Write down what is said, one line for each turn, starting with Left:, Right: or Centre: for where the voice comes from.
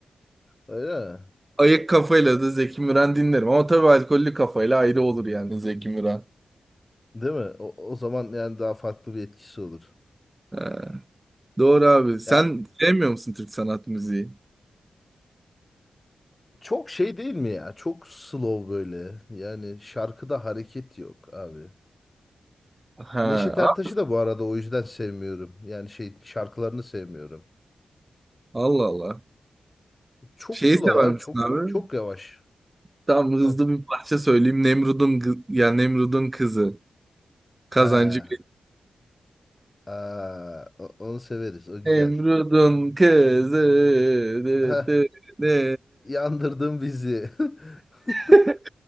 Left: öyle mi?
Right: Ayık kafayla da Zeki Müren dinlerim. Ama tabii alkollü kafayla ayrı olur yani Zeki Müren.
Left: Değil mi? O, o zaman yani daha farklı bir etkisi olur.
Right: Ha, Doğru abi. Sen
Left: Ya
Right: sevmiyor musun Türk sanat müziği?
Left: çok şey değil mi ya? Çok slow böyle. Yani şarkıda hareket yok abi.
Right: Ha,
Left: Neşet Ertaş'ı
Right: a-
Left: da bu arada o yüzden sevmiyorum. Yani şey şarkılarını sevmiyorum.
Right: Allah Allah.
Left: Çok
Right: Şeyi
Left: slow
Right: sever
Left: abi.
Right: misin
Left: Çok
Right: abi?
Left: çok yavaş.
Right: Tam hızlı
Left: Heh.
Right: bir parça söyleyeyim. Nemrud'un kız- yani Nemrud'un kızı. Kazancı
Left: He. Aa, o- onu severiz. O güzel.
Right: Emrud'un kızı. dı,
Left: Heh,
Right: dı, dı.
Left: yandırdın bizi. <laughs>
Right: <laughs>